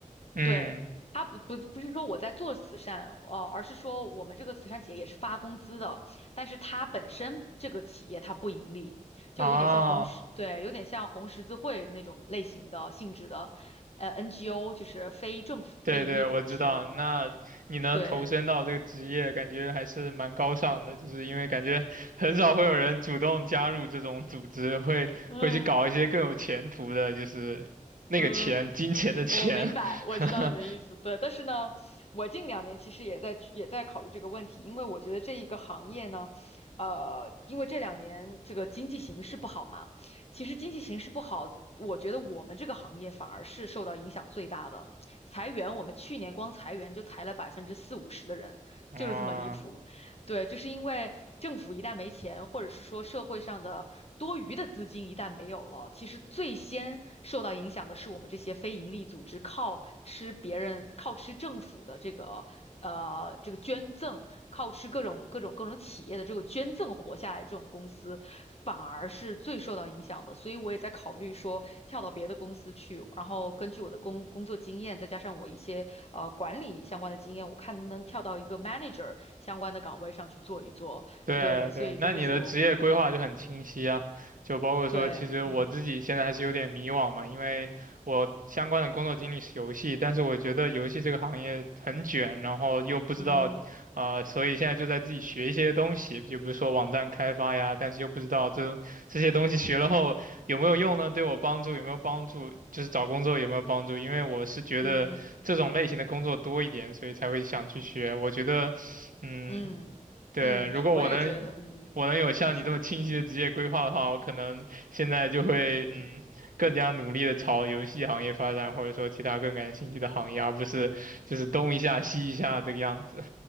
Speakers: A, on the right; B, on the left.
A: 嗯，
B: 对，他不不不不是说我在做慈善，呃，而是说我们这个慈善企业也是发工资的，但是它本身这个企业它不盈利，
A: 啊，
B: 就有点像红十，对，有点像红十字会那种类型的性质的，呃，NGO 就是非政府非盈利组织，
A: 对对，我知道。那你能投身到这个职业，
B: 对。
A: 感觉还是蛮高尚的，就是因为感觉 <laughs> 很少会有人主动加入这种组织，会会去搞一些更有前途的，
B: 嗯
A: 就是那个钱，
B: 嗯，
A: 金钱的钱。
B: 我明白，我知道你的意思，
A: <laughs>
B: 对。但是呢，我近两年其实也在也在考虑这个问题，因为我觉得这一个行业呢，呃，因为这两年这个经济形势不好嘛，其实经济形势不好，我觉得我们这个行业反而是受到影响最大的。裁员，我们去年光裁员就裁了百分之四五十的人，
A: 啊
B: 就是这么离谱。对，就是因为政府一旦没钱，或者是说社会上的多余的资金一旦没有了，其实最先受到影响的是我们这些非营利组织，靠吃别人，靠吃政府的这个呃这个捐赠，靠吃各种各种各种企业的这个捐赠活下来这种公司，反而是最受到影响的，所以我也在考虑说跳到别的公司去，然后根据我的工工作经验，再加上我一些呃管理相关的经验，我看能不能跳到一个 manager 相关的岗位上去做一做。
A: 对对，
B: 对，所以这就是我，
A: 那你的职业规划就很清晰啊，
B: 嗯，
A: 就包括说，
B: 对，
A: 其实我自己现在还是有点迷惘嘛，
B: 嗯
A: 因为我相关的工作经历是游戏，但是我觉得游戏这个行业很卷，然后又不知道，
B: 嗯
A: 啊、所以现在就在自己学一些东西，就比如说网站开发呀，但是又不知道这这些东西学了后有没有用呢？对我帮助有没有帮助？就是找工作有没有帮助？因为我是觉得这种类型的工作多一点，
B: 嗯
A: 所以才会想去学。我觉得，嗯。
B: 嗯嗯，
A: 对，如果我能，
B: 我也觉得，嗯，
A: 我能有像你这么清晰的职业规划的话，
B: 你说。
A: 我可能现在就会嗯更加努力的朝游戏行业发展，或者说其他更感兴趣的行业，而不是就是东一下西一下这个样子。